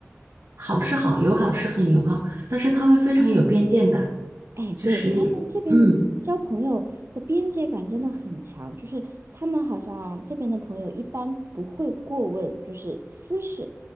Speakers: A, on the right; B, on the right.
A: 好是好，友好是很友好，但是他们非常有边界感，
B: 哎，
A: 就是嗯
B: 对，我发现这边交朋友的边界感真的很强，就是他们好像这边的朋友一般不会过问，就是私事，